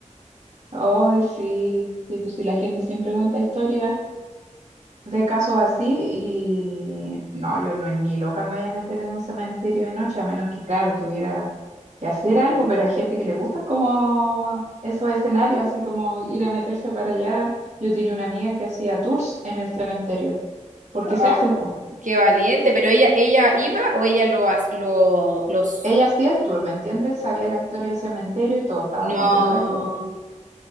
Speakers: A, on the right; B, on the right.
A: Ay, sí, sí, pues si la gente siempre cuenta historias. de casos así y no, yo no ni loca me voy a meter en un cementerio de noche, a menos que, claro, tuviera que hacer algo, pero hay gente que le gustan como esos escenarios, así como ir a meterse para allá. Yo tenía una amiga que hacía tours en el cementerio, porque
B: Ah,
A: se hacen, pues.
B: qué valiente, pero ella, ella iba o ella lo, ha- lo, los...
A: Ella hacía el tour, ¿me entiendes? Sabía la historia del cementerio y todo, estaba
B: No.
A: contratada y todo.